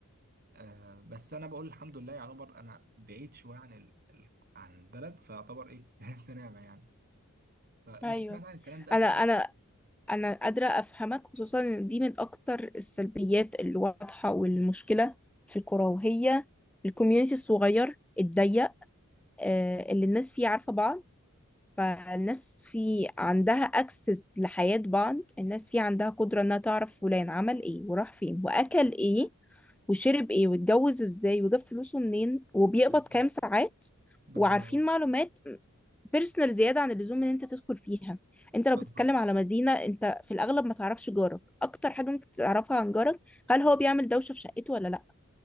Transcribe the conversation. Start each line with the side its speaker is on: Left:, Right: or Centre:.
Right: آه بس أنا بقول الحمد لله يعتبر أنا بعيد شوية عن ال... ال... عن البلد فيعتبر إيه <laughs> في نعمة يعني فأنت
Centre: ايوه
Right: سمعت عن الكلام ده قبل
Centre: انا
Right: كده؟
Centre: انا انا قادره افهمك خصوصا ان دي من اكتر السلبيات اللي واضحه والمشكله في الكوره وهي الكوميونتي الصغير الضيق آه، اللي الناس فيه عارفه بعض فالناس في عندها اكسس لحياة بعض الناس في عندها قدرة انها تعرف فلان عمل ايه وراح فين واكل ايه وشرب ايه واتجوز ازاي وجاب فلوسه منين وبيقبض
Right: بالظبط
Centre: كام ساعات
Right: بالظبط
Centre: وعارفين معلومات بيرسونال زيادة عن اللزوم ان انت تدخل فيها انت لو
Right: بالظبط
Centre: بتتكلم على مدينة انت في الاغلب ما تعرفش جارك اكتر حاجة ممكن تعرفها عن جارك هل هو بيعمل دوشة في شقته ولا لا